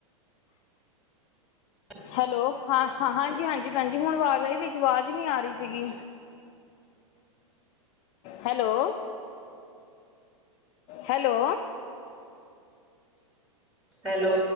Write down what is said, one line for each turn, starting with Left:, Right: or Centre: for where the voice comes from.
Centre: <inaudible>
Left: hello ਹਾਂ ਹਾਂ ਹਾਂਜੀ ਹਾਂਜੀ ਭੈਣਜੀ ਹੁਣ ਆਵਾਜ਼ ਆਈ ਵਿੱਚ ਆਵਾਜ਼ ਨਹੀਂ ਆ ਰਹੀ ਸੀਗੀ
Centre: <inaudible>
Left: ਹੈਲੋ ਹੈਲੋ
Centre: ਹੈਲੋ